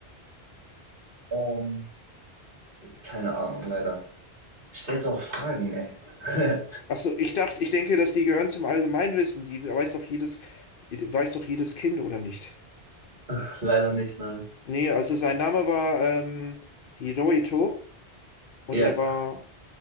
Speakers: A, on the right; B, on the left.
A: Ähm, keine Ahnung, leider. Stellt auch Fragen, ey.
B: Achso, ich dachte, ich denke, dass die gehören zum Allgemeinwissen. Die weiß doch jedes, die die weiß doch jedes Kind, oder nicht?
A: <laughs> Leider nicht, nein.
B: Nee, also sein Name war ähm, Hirohito und
A: Ja,
B: er war,